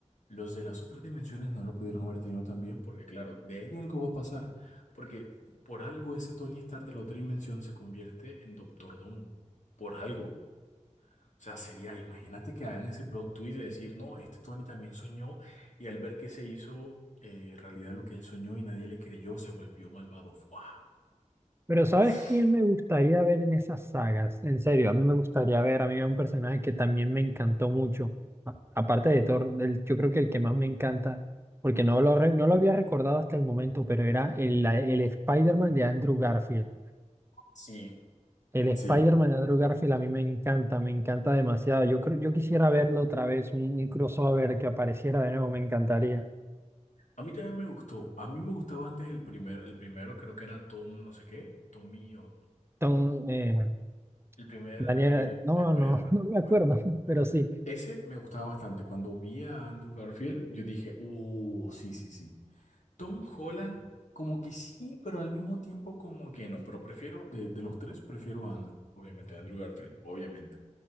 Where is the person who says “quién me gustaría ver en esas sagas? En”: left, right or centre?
Right